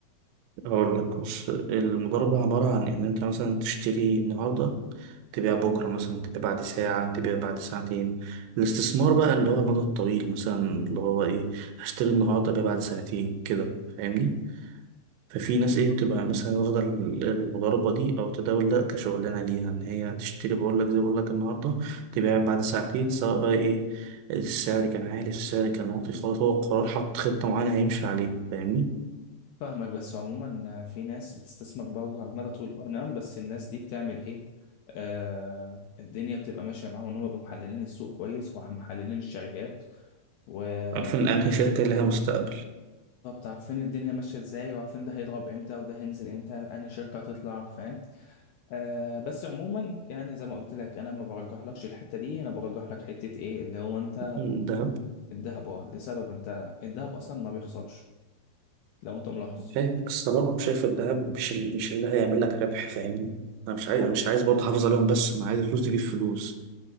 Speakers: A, on the right (about 75°); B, on the left (about 75°).
A: هقول لك بص المضاربة عبارة عن إن أنت مثلا تشتري النهاردة تبيع بكرة مثلا تبيع بعد ساعة تبيع بعد ساعتين الاستثمار بقى اللي هو المدى الطويل مثلا اللي هو إيه هشتري النهاردة أبيع بعد سنتين كده فاهمني ففي ناس إيه بتبقى مثلا واخدة ال- المضاربة دي أو التداول ده كشغلانة ليها إن هي تشتري بقول لك زي ما بقول لك النهاردة تبيع بعد ساعتين سواء بقى إيه السعر كان عالي السعر كان واطي خلاص هو القرار حط خطة معينة هيمشي عليها فاهمني
B: فاهمك بس عموما في ناس بتستثمر برضه على المدى طول اه نعم بس الناس دي بتعمل ايه آه الدنيا بتبقى ماشيه معاهم ان هم بيبقوا محللين السوق كويس ومحللين الشركات وبالظبط
A: عارفين أنهي شركة لها مستقبل
B: عارفين الدنيا ماشيه ازاي وعارفين ده هيضرب امتى وده هينزل امتى انهي شركه هتطلع فاهم آه بس عموما يعني زي ما قلت لك انا ما برجحلكش الحته دي انا برجح لك حته ايه اللي هو انت
A: الذهب
B: الذهب اه لسبب انت الذهب اصلا ما بيخسرش لو انت ملاحظ
A: فاهم بس انا برضه شايف الذهب مش ال- مش اللي هيعمل لك ربح فاهمني انا مش عايز
B: هو
A: أنا
B: بي-
A: مش عايز برضه احافظ عليهم بس انا عايز الفلوس تجيب فلوس